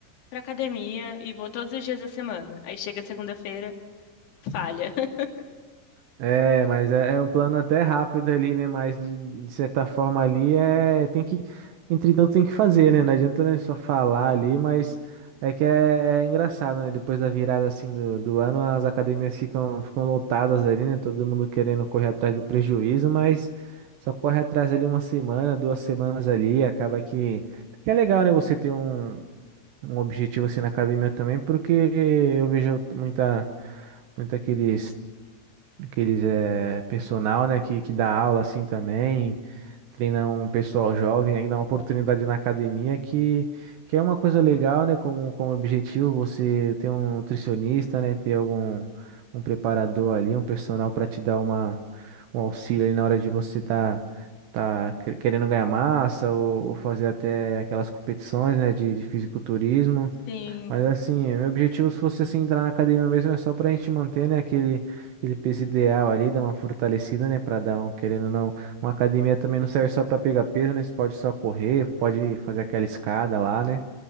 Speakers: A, on the left; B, on the right.
A: pra academia e vou todos os dias da semana. Aí chega segunda-feira, falha. <laughs>
B: É, mas é, é um plano até rápido ali, né? Mas de, de certa forma ali é tem que, entretanto tem que fazer, né? Não adianta né, só falar ali, mas é que é, é engraçado, né? Depois da virada assim do, do ano, as academias ficam ficam lotadas ali, né? Todo mundo querendo correr atrás do prejuízo, mas só corre atrás ali uma semana, duas semanas ali, acaba que que é legal, né? Você ter um um objetivo assim na academia também, porque eu vejo muita, muita aqueles, aqueles é, personal, né, que, que dá aula assim também, treina um pessoal jovem, aí dá uma oportunidade na academia que, que é uma coisa legal, né, como, como objetivo você ter um nutricionista, né, ter algum um preparador ali, um personal para te dar uma, um auxílio aí na hora de você tá tá que- querendo ganhar massa ou, ou fazer até aquelas competições, né, de, de fisiculturismo.
A: Sim.
B: Mas assim, meu objetivo, se fosse assim, entrar na academia mesmo, é só pra gente manter, né, aquele, aquele peso ideal ali, dar uma fortalecida, né, pra dar um, querendo ou não, uma academia também não serve só pra pegar peso, né, você pode só correr, pode fazer aquela escada lá, né.